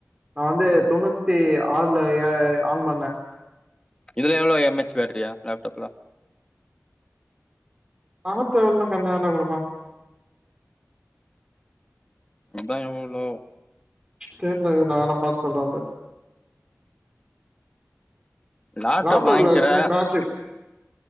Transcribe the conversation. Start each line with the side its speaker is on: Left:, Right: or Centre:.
Right: நா வந்து தொண்ணூ த்தி ஆறுல ஏ ஆன் பண்ண
Left: இதுல எவ்ளோ எம்எச் பேட்ரியா லேப்டாப்ல
Right: ஆப்ட்ராவல்ல கம்யாதாண்டா குடுப்பா
Left: அதா எவ்ளோ
Right: தெர்ல இரு நா வேனா பாத்து சொல்ற அத
Left: லாப்டப்
Right: லேப்டாப்ல
Left: வாங்க்கிறே
Right: எப்பவுமே பேட்ரி